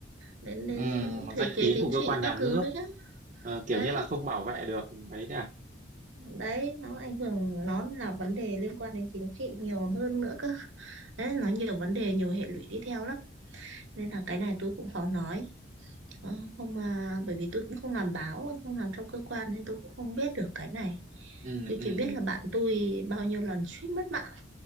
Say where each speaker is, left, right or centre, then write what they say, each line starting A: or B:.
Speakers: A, on the right; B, on the right.
A: đến đến
B: ừm,
A: thể
B: danh
A: chế
B: tiếng
A: chính
B: của cơ
A: trị
B: quan nhà
A: các
B: nước
A: thứ đấy chứ.
B: Ờ, kiểu
A: Đấy,
B: như là không bảo vệ được đấy đấy à
A: đấy nó ảnh hưởng nó là vấn đề liên quan đến chính trị nhiều hơn nữa cơ. Đấy nó nhiều vấn đề nhiều hệ lụy đi theo lắm. Nên là cái này tôi cũng khó nói. Ờ, Không mà bởi vì tôi cũng không làm báo, không làm trong cơ quan nên tôi cũng không biết được cái này.
B: ừ,
A: Tôi chỉ biết là bạn tôi bao nhiêu lần suýt mất mạng